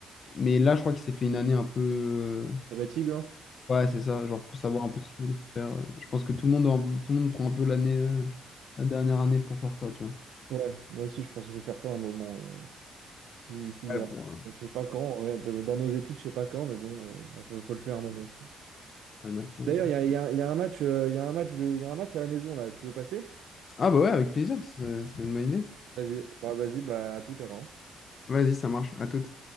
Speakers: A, on the left; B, on the right.
A: Mais là, je crois qu'il s'est fait une année un peu. euh,
B: Ça va, Tigre, hein?
A: Ouais, c'est ça, genre pour savoir un peu ce qu'il voulait faire. euh, Je pense que tout le monde, en- tout le monde prend un peu l'année, euh, la dernière année pour faire ça, tu vois.
B: Ouais, moi aussi je pense que je vais faire ça un moment. euh, si, si,
A: Ouais,
B: euh,
A: pour, euh,
B: je sais pas quand, ouais, de- dans nos études, je sais pas quand, mais bon, euh, enfin, faut, faut le faire un moment, je crois.
A: après le master.
B: D'ailleurs,
A: ouais.
B: il y a, il y a- il y a un match, euh, il y a un match, de- il y a un match à la maison là, tu veux passer?
A: Ah bah ouais, avec plaisir, c'est c'est une bonne idée.
B: Vas-y, bah vas-y, bah à tout à l'heure. hein.
A: Vas-y, ça marche, à toute.